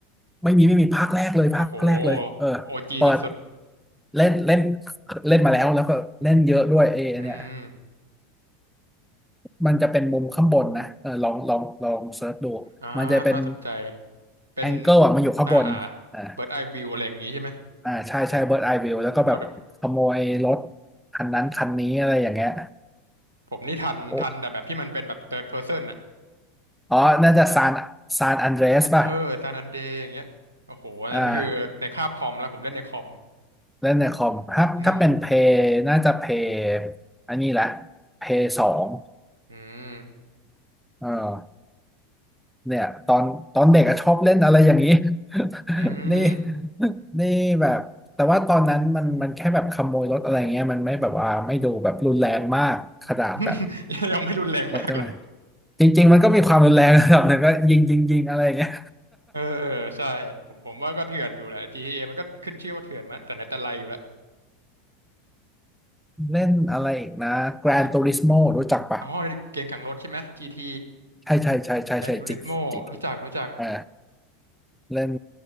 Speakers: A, in the centre; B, on the right (about 85°).
A: ไม่มีไม่มีภาคแรกเลยภาคแรกเลยเออ
B: โอ้โหโอจีสุด
A: เปิดเล่นเล่นเล่นมาแล้วแล้วก็เล่นเยอะด้วยเอเนี่ย
B: ๆอืม
A: มันจะเป็นมุมข้างบนนะเออลองลองลองเซิร์ชดู
B: อ่าน่าสนใจ
A: มันจะเป็น
B: เป็น
A: แองเกิลอ่ะมันอยู่ข้างบนอ่า
B: อ่าอ่าเบิร์ดไอวิวอะไรอย่างงี้ใช่ไหม
A: อ่าใช่ใช่เบิร์ดไอวิวแล้วก็แบบขโมยรถ
B: โอ้แต่
A: คันนั้นคันนี้อะไรอย่างเงี้ย
B: ผมนี่ทันทันแต่แบบที่มันเป็นแบบเ
A: โอ้
B: h ิร์ดเพอร์เซนอ่ะ
A: อ๋อน่าจะซานซานอันเดรสป่ะ
B: เออซานอันเดย์อย่างเงี้ยโอ้โหอันนั้นคือในคาบคอมแล้วผมเล่นในคอม
A: อ่าเล่นในคอมถ้าถ้าเป็นเพย์น่าจะเพย์
B: อืม
A: อันนี้แหละเพย์สอง
B: อืม
A: เออ เนี่ยตอนตอนเด็กอะชอบเล่นอะไรอย่างนี้ <laughs>
B: อืม
A: นี่นี่แบบแต่ว่าตอนนั้นมันมันแค่แบบขโมยรถอะไรเงี้ยมันไม่แบบว่าไม่ดูแบบรุนแรงมากขนาดแบบ
B: <laughs> ยังไม่รุนแรงมากเหรอ
A: เอ๊ะทำไมจริงๆมันก็มีความรุนแรง <laughs> ระดับหนึ่งก็ยิงยิงยิงอะไรอย่างเงี้ย
B: เออใช่ผมผมว่าก็เถื่อนอยู่แหละ GTA มันก็ขึ้นชื่อว่าเถื่อนมาแต่ไหนแต่ไรอยู่แล้ว
A: <laughs> เล่นอะไรอีกนะ Gran
B: ว่า
A: Turismo รู้จักปะ
B: อ๋อเกมแข่งรถใช่ไหม GT
A: ใช่ใช่ใช่ใช่ใช่
B: Gran Turismo
A: g จ GT
B: รู้จักรู้จัก
A: อ่าเล่น